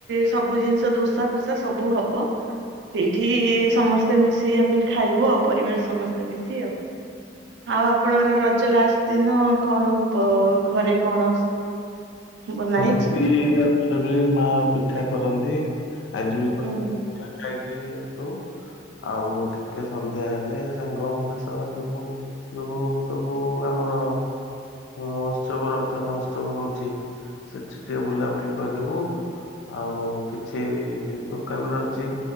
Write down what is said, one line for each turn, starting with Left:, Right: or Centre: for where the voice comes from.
Right: ସବୁ ଜିନିଷ ଦୋସା ଫୋସା ସବୁ ହବ ସେଇଠି ସମସ୍ତେ ମିଶିକ ଆମେ ଖାଇବୁ ଆଉ ପରିବାର ସମସ୍ତେ ମିଶି ଆଉ ଆଉ ଆପଣଙ୍କର ରଜ ଲାଷ୍ଟ ଦିନ କଣ ପ ଘରେ କଣ ବନା
Left: କେମିତି
Right: ହେଇଛି?
Left: ଆଣିବି ମା ପିଠା କରନ୍ତି ଆଜି ବି
Right: ହୁଁ
Left: କରିଥିଲେ ପିଠା। ଖାଇକି ଅଟୁ ଆଉ ଟିକେ ସନ୍ଧ୍ୟା ହେଲେ ସାଙ୍ଗ ମାନେ ସହ ଯିବୁ ଯୁବୁ ସବୁ ଆମର ମହୋତ୍ସବ ରଜ ମହୋତ୍ସବ ହୋଉଚି। ସେଠି ଟିକେ ବୁଲାବୁଲି କରିବୁ ଆଉ କିଛି ଦୋକାନରେ ଅଛି